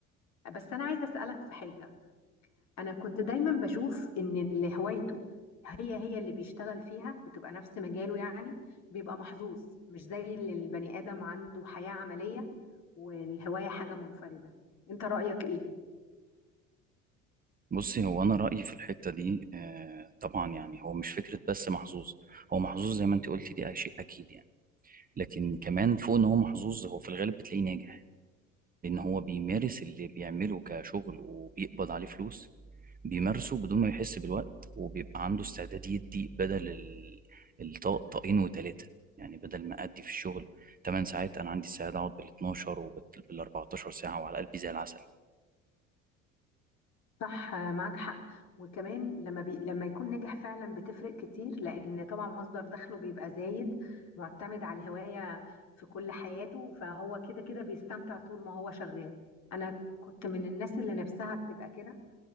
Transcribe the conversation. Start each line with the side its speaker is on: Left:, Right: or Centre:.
Left: بس أنا عايزة أسألك في حاجة أنا كنت دايما بشوف إن اللي هوايته هي هي اللي بيشتغل فيها بتبقى نفس مجاله يعني بيبقى محظوظ مش زي اللي البني آدم عنده حياة عملية والهواية حاجة منفردة أنت رأيك إيه؟
Right: بصي هو انا رايي في الحته دي آه، طبعا يعني هو مش فكره بس محظوظ هو محظوظ زي ما انت قلتي دي شيء اكيد يعني لكن كمان فوق ان هو محظوظ هو في الغالب بتلاقيه ناجح لأن هو بيمارس اللي بيعمله كشغل وبيقبض عليه فلوس بيمارسه بدون ما يحس بالوقت وبيبقى عنده استعداد يدي بدل ال- الطاق طاقين وتلاتة يعني بدل ما أدي في الشغل 8 ساعات أنا عندي استعداد أقعد بال 12 وبال 14 ساعة وعلى قلبي زي العسل
Left: صح معاك حق وكمان لما بي... لما يكون ناجح فعلا بتفرق كتير لان طبعا مصدر دخله بيبقى زايد معتمد على الهواية في كل حياته فهو كده كده بيستمتع طول ما هو شغال انا كنت من الناس اللي نفسها تبقى كده